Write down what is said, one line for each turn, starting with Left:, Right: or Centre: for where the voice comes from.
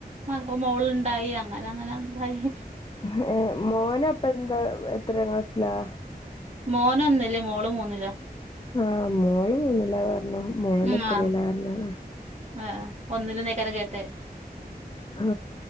Right: മക മോള്ണ്ടായി. അങ്ങനങ്ങന എന്തായി
Left: ഹേ മോനപ്പ എന്താ, എത്രാം ക്ലാസിലാ?
Right: മോനൊന്നില് മോളു മൂന്നില്വാ.
Left: ആഹ് മോള് മൂന്നിലാ പറ്ണു. മോന്
Right: ഉം
Left: എത്രീലാ
Right: ആഹ്
Left: പർഞ്ഞതാ.
Right: ആഹ് ഒന്നില്ന്നെയ്കാര കേട്ടെ.
Left: ഹാ.